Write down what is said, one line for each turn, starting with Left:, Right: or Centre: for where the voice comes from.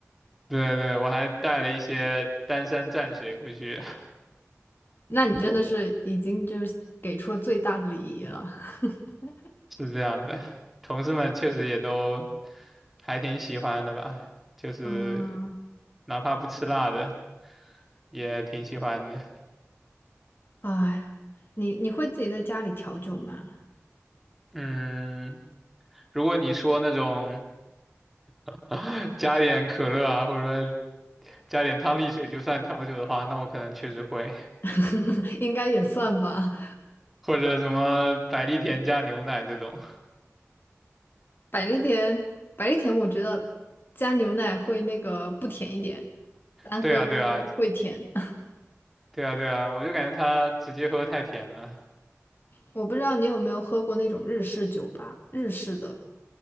Centre: 对对，我还带了一些丹山蘸水过去，
Left: 那你真的是已经就是给出了最大的礼仪了。<laughs>
Centre: <laughs> 是这样的。同事们确实也都还挺喜欢的吧，就是
Left: 嗯，
Centre: 哪怕不吃辣的也挺喜欢的。
Left: 哎，你你会自己在家里调酒吗？
Centre: 嗯，如果你说那种 <laughs> 加点可乐啊，或者说加点汤力水就算调酒的话，那我可能确实会，
Left: <laughs> 应该也算吧。
Centre: 或者什么百利甜加牛奶这种。
Left: 百利甜，百利甜，我觉得加牛奶会那个不甜一点，单喝
Centre: 对啊，对啊，
Left: 会甜。<laughs>
Centre: 对啊，对啊，我就感觉它直接喝太甜了。
Left: 我不知道你有没有喝过那种日式酒吧，日式的。